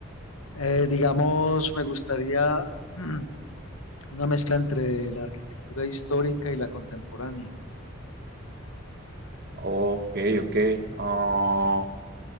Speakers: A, on the left; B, on the right.
A: Eh, digamos, me gustaría <clears throat> mm, una mezcla entre la arquitectura histórica y la contemporánea.
B: Ok, ok. Ah,